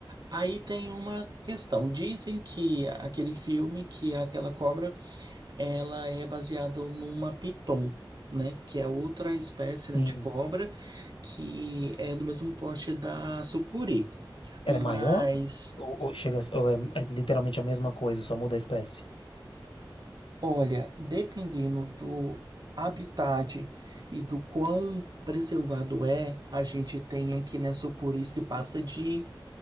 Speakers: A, on the right; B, on the left.
A: Aí tem uma questão. Dizem que aquele filme, que é aquela cobra ela é baseada numa piton, né? Que é outra espécie,
B: Sim.
A: né, de cobra que é do mesmo porte da sucuri.
B: Ela
A: Mas,
B: é maior? Ou, ou chega, a- ou é, é literalmente a mesma coisa, só muda a espécie?
A: olha, dependendo do habitat e do quão preservado é, a gente tem aqui, né, sucuris que passa de